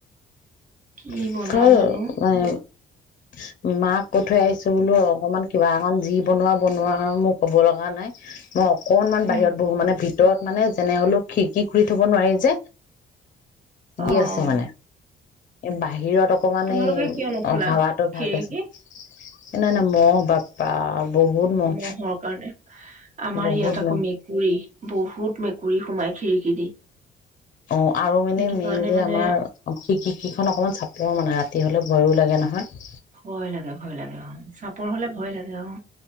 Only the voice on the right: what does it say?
কি
বনাও জানো
উম।
অ'।
তোমালোকে
কিয় নোখোলা
খিৰিকী
মহৰ কাৰণে আমাৰ
ইয়াত আকৌ
মেকুৰী বহুত মেকুৰী গুৰি সোমাই খিৰিকী দি
সেইটো
কাৰণে মানে
ভয় লাগে ভয় লাগে অ চাপোৰ হলে ভয় লাগে আহ